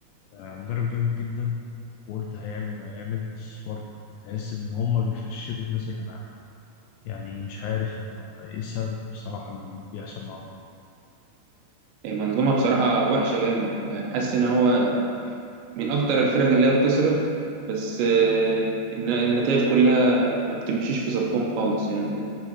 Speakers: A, on the left; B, on the right.
A: آه، مدرب جامد جدا وقلت هيعمل وهيعمل بس برضه تحس ان هم بيفشلوا الناس اللي معاهم يعني مش عارف هم ايه السبب بصراحه اللي بيحصل معاهم ده
B: إيه، منظومه بصراحه وحشه جامد يعني حاسس ان هو من اكتر الفرق اللي هي بتصرف بس آه، الن- النتائج كلها ما بتمشيش في صفهم خالص يعني